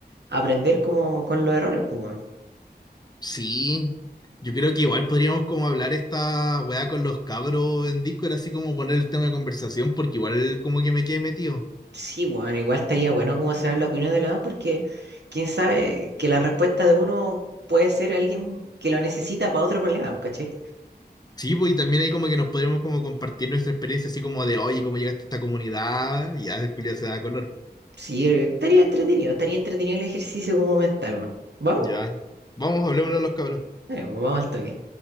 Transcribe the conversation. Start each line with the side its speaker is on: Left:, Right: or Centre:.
Right: aprender como con los errores, pues, weón.
Left: Sí, yo creo que igual podríamos como hablar esta weá con los cabros en Discord, así como poner el tema de conversación, porque igual como que me quedé metido.
Right: Sí, bueno, igual estaría bueno como saber la opinión de los demás porque quién sabe que la respuesta de uno puede ser alguien que lo necesita para otro problema, pues, ¿cachai?
Left: Sí, pues y también hay como que nos podríamos como compartir nuestra experiencia, así como de, oye, ¿cómo llegaste a esta comunidad? Y ya, Julia se da color.
Right: Sí, eh, estaría entretenido, estaría entretenido el ejercicio como mental, bueno. ¿Vamos?
Left: Ya. Vamos, hablemos a los cabros.
Right: Dale, pues, vamos al toque.